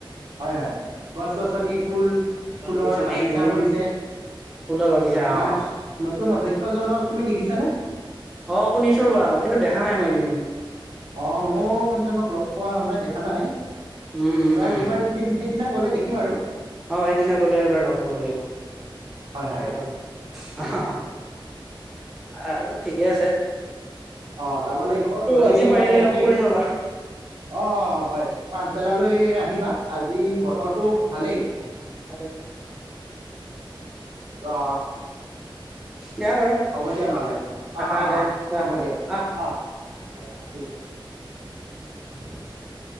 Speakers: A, on the right (about 65°); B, in the centre.
A: হয়', - হয়', গছ-গছনি, ফুল-
B: গছ
A: ফুলৰ
B: গছনি
A: বাগিচা
B: বিল্ডিং
A: কৰিছে,
B: ফুলৰ বাগিচা
A: আমাৰ
B: অ
A: নতুন অধ্যক্ষ শিক্ষজনক তুমি দেখিছানে?
B: অ', শুনিছো ৰবা, কিন্তু দেখা নাই মই এদিনো
A: অ', মই সিজনক লগ পোৱা হনাই, দেখা নাই
B: উম উম
A: এইবাৰ
B: উম।
A: -এইবাৰ সেই সেইদিনা, গ'লে দেখিম আৰু,
B: অ', সেইদিনা গলে এবাৰ লগ কৰিব লাগিব।
A: হয়
B: তাকেইতো
A: হয়
B: অহ', আৰু ঠিকেই আছে।
A: অ', যাব লাগিব এৰি
B: আজি
A: আমাৰ
B: পাৰিলে
A: সেই
B: লগ কৰিম
A: অহ',
B: ৰ'বা।
A: -অহ', হয়',। পাচবেলালৈ আহিবা। আজি ব তোৰটো ভালেই?
B: আৰে,
A: আহ',
B: দিয়া বাৰু
A: হ'ব দিয়া নহ'লে,
B: থাকা
A: আহ', - আহ',
B: দে
A: - আহ', হ'ব দিয়া
B: আহ।
A: অহ', থিক আছে। <unintelligible>